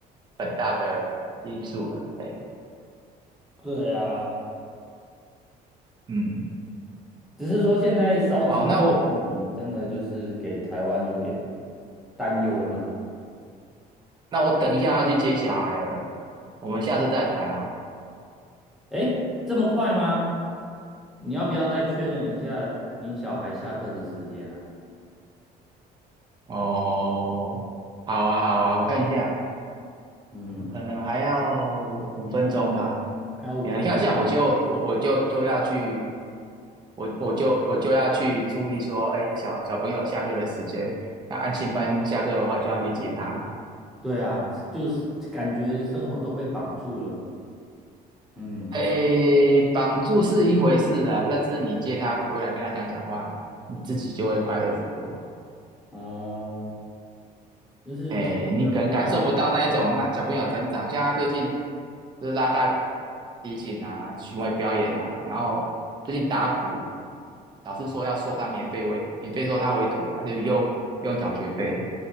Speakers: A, on the right; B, in the centre.
A: 很大的因素了。哎，
B: 对啊，
A: 嗯，
B: 只是说现在少子化的问题真的就是给台湾有点
A: 好，那我
B: 担忧啦。
A: 那我等一下要去接小孩了，我们下次再谈啊。
B: 诶，这么快吗？你要不要再确认一下您小孩下课的时间啊？
A: 哦，好啊，好啊，我看一下，
B: 嗯，
A: 我可能还要五分钟吧。
B: 还有五分钟。
A: 哎呀，你看，像我就我我就就要去，我我就我就要去注意说，哎，小小朋友下课的时间，那安亲班下课的话就要去接他嘛。
B: 对啊，就是感觉生活都被绑住了。嗯，
A: 哎，绑住是一回事啊，但是你接他回来跟他讲讲话，你自己就会快乐许多。
B: 哦，就是挺的负担呢、
A: 哎，你可能感受不到那一种那小朋友成长，像他最近就是拉大提琴啊，巡回表演啊，然后最近打鼓，老师说要收他免费为免费收他为徒，他就又不用缴学费了，